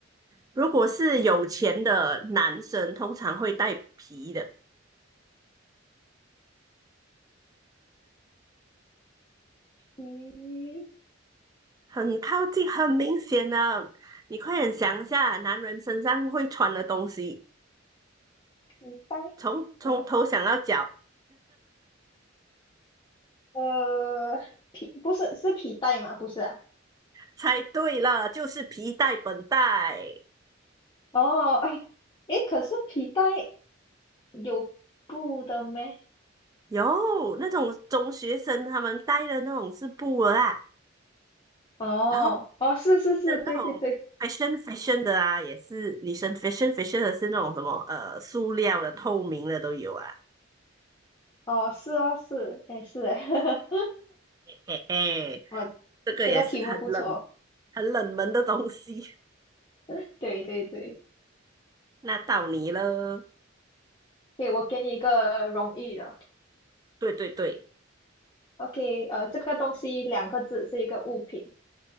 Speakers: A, on the right (about 20°); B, on the left (about 25°).
A: 如果是有钱的男生，通常会带皮的，
B: 嗯
A: 很靠近，很明显啊！
B: 嗯，
A: 你快点想一下，男人身上会穿的东西，
B: 皮带
A: 从从头想到脚。
B: 是吗？呃，皮不是是皮带吗？不是啊。
A: 猜对了，就是皮带、本带。
B: 哦，哎，诶，可是皮带有布的咩？
A: 有那种中学生他们带的那种是布啊。
B: 哦哦，
A: 然后
B: 是是是，
A: 女生那种
B: 对对对，
A: fashion fashion 的啊，也是女生 fashion fashion 的是那种什么呃塑料的、透明的都有啊。
B: 哦是哦是，哎是诶，<laughs>
A: 嘿嘿，
B: 哦
A: 这个也是很冷
B: 这个题目不错，
A: 很冷门的东西。<laughs>
B: <laughs> 对对对，
A: 那到你了，
B: 给我给你一个容易的
A: 对对对，
B: ，OK，呃，这个东西两个字是一个物品，